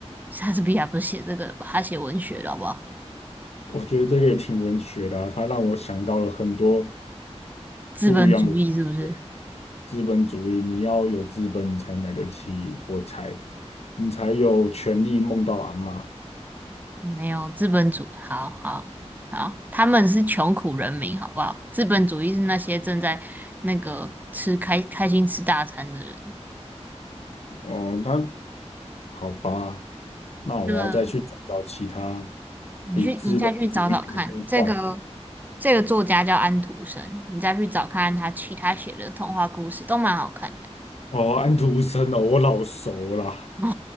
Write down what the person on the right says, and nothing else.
莎士比亚不是写这个的吧？他写文学的好不好？
资本主义是不是？
没有资本主，好好好，他们是穷苦人民，好不好？资本主义是那些正在那个吃开开心吃大餐的人。
那个你去，
你再去找找看，这个这个作家叫安徒生，你再去找看他其他写的童话故事都蛮好看的。
<laughs> 哦，